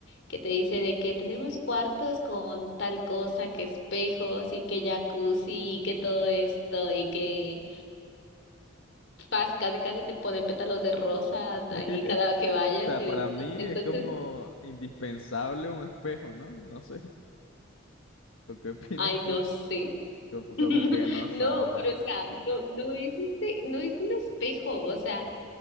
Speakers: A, on the left (about 65°); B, on the left (about 80°).
A: Que te dice de que tenemos cuartos con tal cosa, que espejos y que jacuzzi y que todo esto y que pas, casi casi te ponen pétalos de rosa
B: <laughs>
A: ahí cada que vayas
B: O sea,
A: y demás.
B: para mí
A: Entonces,
B: es como indispensable un espejo, ¿no? No sé. ¿O qué opinas
A: ay,
B: tú?
A: no sé.
B: Como, como
A: <laughs>
B: que no
A: No,
B: sabes.
A: pero o sea, no, no es este, no es un espejo, o sea,